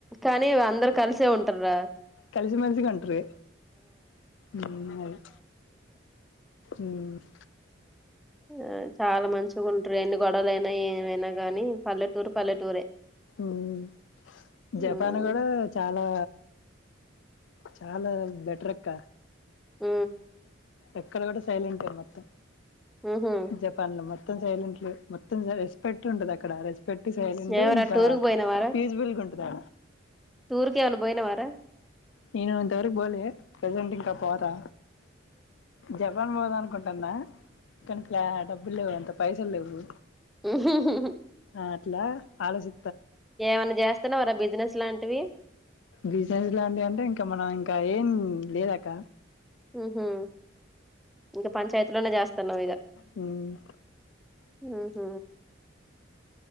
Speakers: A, in the centre; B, on the left.
A: కానీ అందరు కలిసే ఉంటార్ర
B: కలిసిమెలిసిగా ఉంటరు ఉమ్ అది ఉమ్
A: ఆ చాలా మంచిగా ఉంట్రు ఎన్ని గొడవలుఅయినా ఏమైనా గానీ పల్లెటూరు పల్లెటూరే
B: ఉమ్
A: ఉ
B: జపాన్ కూడా చాలా చాలా బెటర్ అక్క
A: ఊ
B: ఎక్కడ గుడా సైలెంటే మొత్తం
A: ఉహు
B: జపాన్ లో మత్త మొత్తం సైలెంట్ లే మొత్తం రెస్పెక్ట్ వుంటాది అక్కడ రె పెట్టి సయలిండు
A: ఎవరా
B: ఇంకా
A: టూర్కి పోయినవారా
B: పీజ బిల్ అదా
A: టూర్కి ఏమైనా పోయినవారా
B: నేనుంతవరకు పోలే ప్రజెంట్ ఇంకా పోతా జపాన్ పోద అనుకుంటున్నా కానీ్లా డబ్బులు ఎంత పైసలు లేవు
A: హ్మ్మ్ హ్మ్మ్
B: ఒట్లా ఆలోచి
A: ఏమన్నా చేస్తున్నావారా బిజినెస్ లాంటివి
B: బిజినెస్ లాంటి అంటే ఇంకా మనం ఇంకా ఏం లేదాక
A: ఆహా ఇంకా పంచాయతీ లోనే జాస్ తన వేద్
B: హ్మ్మ్
A: హ్మ్మ్